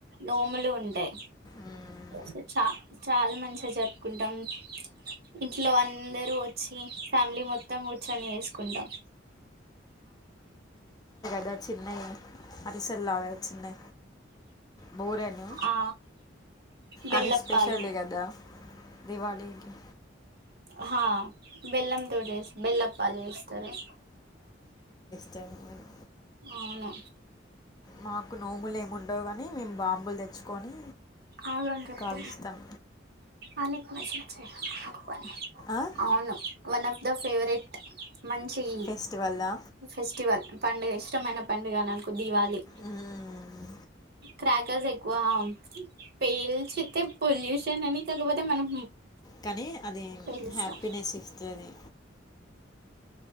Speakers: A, on the right; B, on the left.
A: నోములు ఉంటాయి
B: మ్మ్.
A: సో చ చాలా మంచిగా జరుపుకుంటాం ఇంట్లో అందరుూ వచ్చి ఫ్యామిలీ మొత్తం కూర్చొని చేసుకుంటాం
B: ద చిన్నై యా అరిసల్లాద చిన్నై బూరెలు
A: ఆ బెల్లప్పాలు
B: అవి స్పెషలే కదా దివాళీకి
A: అహా బెల్లంతో జేస్ బెల్ల పాలు చేస్తారు
B: తను నేను
A: అవును
B: మాకు నోములు ఏమిండవు కాని మేము బాంబులు తెచ్చుకొని
A: ఆ గని చెప్పు
B: కాలుస్తాం
A: ఆనిక్ మెసేజ్ చెయ్ వాని
B: ఆ?
A: అవును వన్ ఆఫ్ ద ఫేవరెట్ మంచి ఈ
B: ఫెస్టివల్లా
A: ఫెస్టివల్ పండుగ ఇష్టమైన పండుగ నాకు దీవాళి
B: మ్మ్.
A: క్రాకర్స్ ఎక్కువ పేల్చితే పొల్యూషన్ అని కాకపోతే మనం
B: కానీ అది
A: పేలుస్తాం
B: హ్యాపీనెస్ ఇస్తది